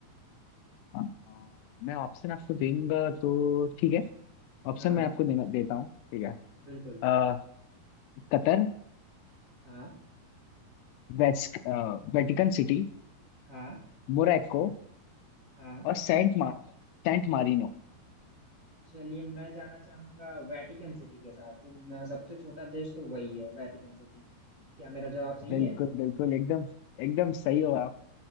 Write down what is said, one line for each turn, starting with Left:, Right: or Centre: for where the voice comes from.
Left: हाँ, हाँ, मैं ऑप्शन आपको देऊंगा तो ठीक है ऑप्शन
Right: हाँ हाँ
Left: मैं आपको देना देता हूँ ठीक है
Right: बिल्कुल
Left: अ, Qatar
Right: हाँ
Left: west Vatican City
Right: हाँ
Left: Morocco
Right: हाँ
Left: और सेंट मार सेंट मारिनो
Right: चलिए मैं जाना चाहूंगा वेटिकन सिटी के साथ तुम सबसे छोटा देश तो वही है वेटिकन सिटी क्या मेरा जवाब सही
Left: बिल्कुल
Right: है
Left: बिल्कुल एकदम एकदम सही हो आप